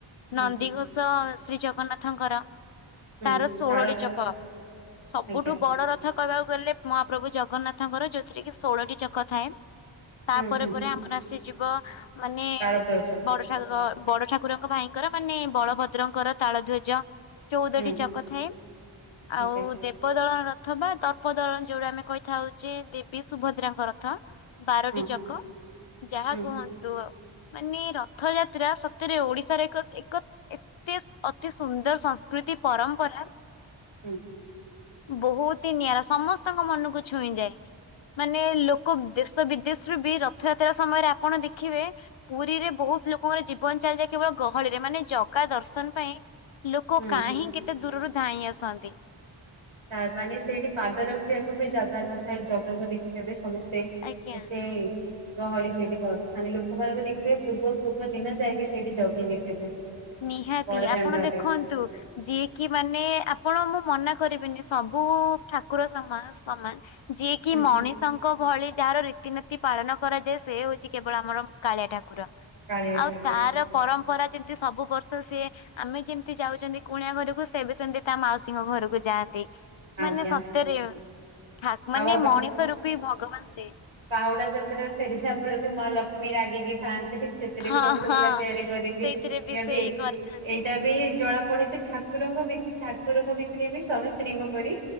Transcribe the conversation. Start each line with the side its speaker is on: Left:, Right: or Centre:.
Left: ନନ୍ଦିଘୋଷ
Right: ଆଜ୍ଞା
Left: ଶ୍ରୀ ଜଗନ୍ନାଥଙ୍କର।
Right: ହୁଁ
Left: ତାର ଷୋଳଟି
Right: ତାଳ
Left: ଚକ, ସବୁଠୁ
Right: ଆଜ୍ଞା
Left: ବଡ ରଥ କହିବାକୁ ଗଲେ, ମହାପ୍ରଭୁ ଜଗନ୍ନାଥଙ୍କର ଯୋଉଥିରେ କି ଷୋଳଟି ଚକ ଥାଏ। ତାପରେ
Right: ହୁଁ ହୁଁ
Left: ପରେ ଆମର ଆସି ଯିବ ମାନେ,
Right: ତାଳ ଦଉଛ
Left: ବଡ <unintelligible> ବଡ ଠାକୁରଙ୍କ ଭାଇଙ୍କର ମାନେ ବଳଭଦ୍ରଙ୍କର ତାଳ ଧ୍ୱଜ ଚଉଦଟି
Right: ହୁଁ
Left: ଚକ ଥାଏ,
Right: ଆଜ୍ଞା
Left: ଆଉ ଦେ ଦର୍ପଦଳନ ରଥ ବା, ତର୍ପ ଦଳନ ଯୋଉଟା ଆମେ କହିଥାଉଚେ ଦେବୀ ସୁଭଦ୍ରାଙ୍କ ରଥ। ବାରଟି
Right: ହଁ
Left: ଚକ, ଯାହା
Right: ହୁଁ
Left: କୁହନ୍ତୁ ମାନେ ରଥଯାତ୍ରା ସତରେ ଓଡିଶାର ଏକ ଏକ ଏତେ, ଅତି ସୁନ୍ଦର ସଂସ୍କୃତି ପରମ୍ପରା
Right: ହୁଁ।
Left: ବହୁତ ହି ନିଆରା, ସମସ୍ତଙ୍କ ମନକୁ ଛୁଇଁଯାଏ। ମାନେ ଲୋକ ଦେଶ ବିଦେଶରୁୁ ବି ରଥଯାତ୍ରା ସମୟରେ ଆପଣ ଦେଖିବେ ପୁରୀରେ ବହୁତ ଲୋକଙ୍କର ଜୀବନ ଚାଲିଯାଏ କେବଳ ଗହଳିରେ, ମାନେ ଜଗା ଦର୍ଶନ ପାଇଁ ଲୋକ
Right: ହୁଁ
Left: କାହିିଁ କେତେ ଦୂରରୁ ଧାଇଁ ଆସନ୍ତି।
Right: ତା ମାନେ ସେଇଠି ପାଦ ରଖିବାକୁ ବି ଜାଗା ନଥାଏ ଜଗାକୁ ଦେଖିବା ବି ସମସ୍ତେ
Left: ଆଜ୍ଞା।
Right: ଏତେ ଗହଳି ସେଇଠି କରିଥାନ୍ତି, ଲୋକମାନଙ୍କୁ ଦେଖିବେ ପୂର୍ବ ପୂର୍ବ ଦିନ ଯାଇକି ସେଇଠି ଜଗି କି ଥିବେ।
Left: ନିହାତି
Right: ବଡଦାଣ୍ଡରେ
Left: ଆପଣ ଦେଖନ୍ ନ୍ତୁ ଯିଏ କିି ମାନେ, ଆପଣ ମୁଁ ମନା କରିବିନି। ସବୁ-ଉ ଠାକୁର ସମାନ ସମାନ ଯିଏ କି
Right: ହୁଁ
Left: ମଣିଷଙ୍କ ଙ୍କ ଭଳି ଯାହାର ରୀତିନୀତି ପାଳନ କରାଯାଏ ସେ ହଉଛି କେବଳ ଆମର କାଳିଆ ଠାକୁର।
Right: କାଳିଆ
Left: ଆଉ
Right: ଠାକୁର
Left: ତାର ପରମ୍ପରା ଯେମତି ସବୁ ବର୍ଷ ସିଏ ଆମେ ଯେମିତି ଯାଉଛନ୍ତି କୁଣିଆ ଘରକୁ, ସେ ବି ସେମତି ତା ମାଉସୀଙ୍କ ଘରକୁ ଯାଆନ୍ତି।
Right: ଆଜ୍ଞା।
Left: ମାନେ ସତରେ ଠା ମାନେ,
Right: ଆଉ
Left: ମଣିଷ ରୂପୀ ଭଗବାନ ସେ।
Right: ପାହୁଡା ଯାତ୍ରା ଫେରିିସା ବେଳେ ବି ମା ଲକ୍ଷ୍ମୀ ରାଗିକି ଥାଆନ୍ତି। ସେତ୍ ଥିରେ
Left: ହଁ
Right: ବି ରସଗୋଲା
Left: ହଁ
Right: ତିଆରି କରିକି
Left: ସେଇଥିରେ ବି
Right: ନିଅନ୍ତି।
Left: ସେଇ କରିଥାନ୍ତି।
Right: ଏଇଟା ବି ଜଣା ପଡେ ଯେ ଠାକ୍ କୁରଙ୍କ ଭିତ୍ ଠାକୁରଙ୍କ ଭିତରେ ବି ସ୍ୱାମୀ ସ୍ତ୍ରୀଙ୍କ ପରି